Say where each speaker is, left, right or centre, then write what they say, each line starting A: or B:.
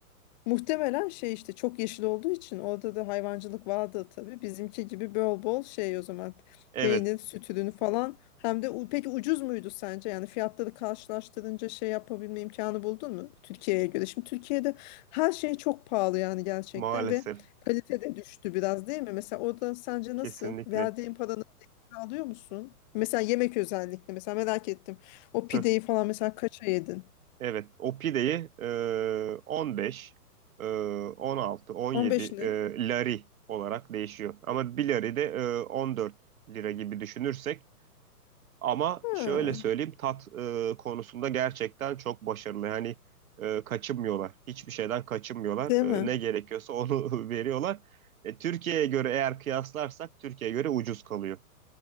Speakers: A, on the left (about 30°); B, on the right (about 60°).
A: Muhtemelen şey işte çok yeşil olduğu için orada da hayvancılık vardı tabii. Bizimki gibi bol bol şey o zaman
B: Evet
A: peynir, süt ürünü falan. Hem de u- peki ucuz muydu sence? Yani fiyatları karşılaştırınca şey yapabilme imkanı buldun mu? Türkiye'ye göre. Şimdi Türkiye'de her şey çok pahalı yani gerçekten
B: maalesef
A: ve kalite de düştü biraz değil mi? Mesela orada sence
B: kesinlikle.
A: nasıl? Verdiğin paranın değerini alıyor musun? Mesela yemek özellikle mesela merak ettim. O pideyi
B: <laughs>
A: falan mesela kaça yedin?
B: Evet, o pideyi e, 15, e, 16, 17
A: 15 ne?
B: e, lari olarak değişiyor. Ama bir lari de e, 14 lira gibi düşünürsek. Ama
A: Ha,
B: şöyle söyleyeyim tat e, konusunda gerçekten çok başarılı. Yani e, kaçınmıyorlar. Hiçbir şeyden kaçınmıyorlar.
A: değil
B: E,
A: mi?
B: ne gerekiyorsa onu <laughs> veriyorlar. E, Türkiye'ye göre eğer kıyaslarsak Türkiye'ye göre ucuz kalıyor.